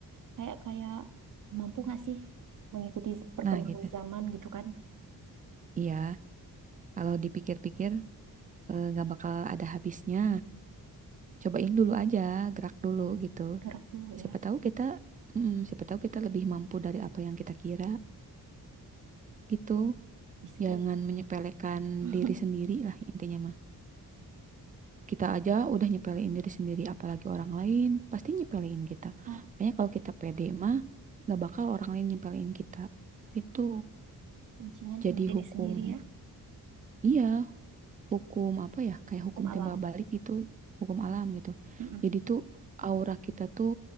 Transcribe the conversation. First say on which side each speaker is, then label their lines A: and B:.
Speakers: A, on the right (about 55°); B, on the right (about 20°).
A: kayak kayak mampu nggak sih mengikuti perkembangan
B: Nah, gitu.
A: zaman gitu kan
B: Iya, kalau dipikir-pikir eh, nggak bakal ada habisnya. Cobain dulu aja, gerak dulu gitu.
A: gerak dulu
B: Siapa
A: ya
B: tahu kita, mm, siapa tahu kita lebih mampu dari apa yang kita kira gitu.
A: bisa
B: Jangan
A: jadi
B: menyepelekan
A: <laughs>
B: diri sendiri lah intinya mah. Kita aja udah nyepelein diri sendiri, apalagi orang lain pasti nyepelein kita.
A: Oh,
B: Makanya kalau kita pede mah nggak bakal orang lain nyepelein kita. Gitu.
A: kuncinya
B: Jadi
A: di diri
B: hukum,
A: sendiri ya
B: iya, hukum apa ya? Kayak
A: hukum
B: hukum
A: alam
B: timbal balik gitu, hukum alam gitu.
A: Mm-mm.
B: Jadi tuh aura kita tuh